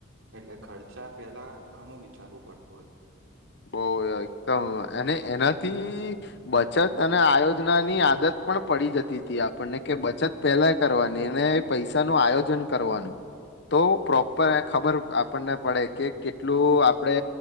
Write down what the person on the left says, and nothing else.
બો એકદમ અને એનાથી બચત અને આયોજના ની આદત પણ પડી જતી તી. આપણને કે બચત પહેલા કરવાની એને પૈસા નું આયોજન કરવાનું, તો પ્રોપર ખબર આપણને પડે કે કેટલું આપડે